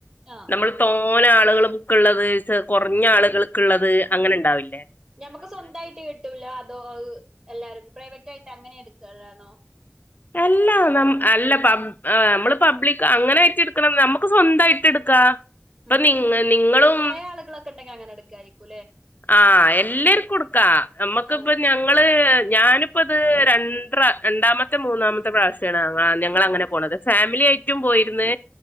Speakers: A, on the right; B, on the left.
A: ആഹ്
B: നമ്മള്
A: ആഹ്
B: തോനെ ആള്കള് ബുക്ള്ളത് കുറഞ്ഞ ആളുകൾക്ള്ളത് അങ്ങനെ ണ്ടാവില്ലേ
A: ഞമ്മക്ക് സ്വന്തയിട്ട് കിട്ടൂല അതോ അഹ് എല്ലാർക്ക <unintelligible> അങ്ങനെ എടുക്കുലാണോ
B: അല്ല അല്ലബ നമ്മള് പബ്ലിക് അങ്ങനെയിട്ട് എടുക്കണം നമക്ക് സ്വന്തയിട്ട് എടുക്കാ ഇപ്പ
A: ഉം
B: നിങ്ങ
A: ഉം
B: നിങ്ങളും
A: കൊറേ ആളുകളൊക്കെ ഉണ്ടെങ്കിൽ അങ്ങനെ എടുക്കായിരിക്കുംല്ലേ
B: ആ എല്ലർക്കും ഇട്ക്കാ നമ്മക്ക്
A: ആഹ്
B: ഇപ്പം ഞങ്ങള് ഞാനിപ്പ ഇത് രണ്ട്‌റാ രണ്ടാമ ത്തെ മൂന്നാമത്തെ പ്രാവശ്യാണ് ഞങ്ങള് അങ്ങനെ പോണത് ഫാമിലി ആയിട്ടും പോയിര്ന്ന്